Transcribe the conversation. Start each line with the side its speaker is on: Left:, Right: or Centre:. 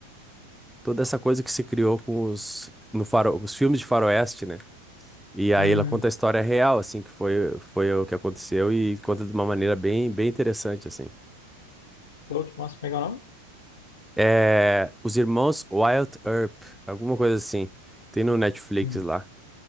Centre: toda essa coisa que se criou com os, no faro, os filmes de faroeste, né? E aí
Left: Uhum.
Centre: ela conta a história real, assim, que foi, foi o que aconteceu e conta de uma maneira bem, bem interessante, assim.
Left: Pô, que massa, como é que é o nome?
Centre: É, os irmãos Wild Earp, alguma coisa assim. Tem no Netflix
Left: Uhum.
Centre: lá.